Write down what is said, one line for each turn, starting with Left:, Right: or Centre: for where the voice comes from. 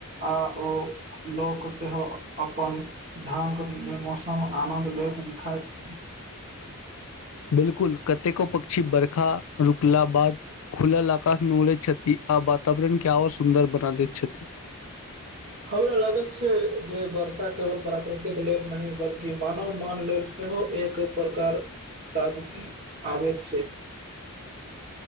Right: आ ओ लोक सेहो अपन ढङंग मे मौसम आनन्द लैत दिखाइत
Left: बिल्कुल कतेको पक्षी बर्खा रुकला बाद खुलल आकाशमे उड़ैत छथि आ वातावरण क आओर सुन्दर बना दैत छथि
Right: हमरा लागत छै जे वर्षा केवल प्रकृतिक लेल नहि बल्कि मानव मान लेल से सेहो एक प्रकार ताजगी आबैत छै